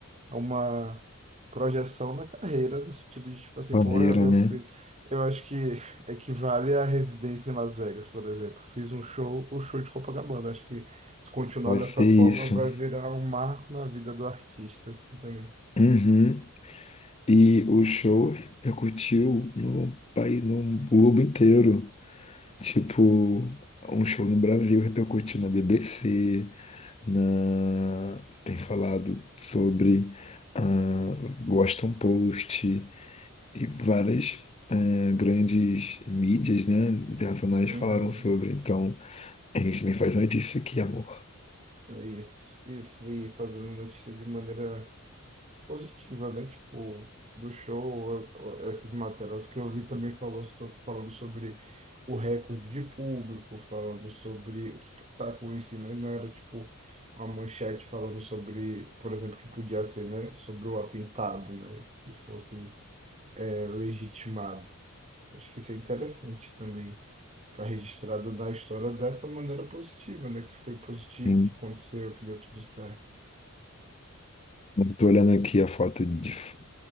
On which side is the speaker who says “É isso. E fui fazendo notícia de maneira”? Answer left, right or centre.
Right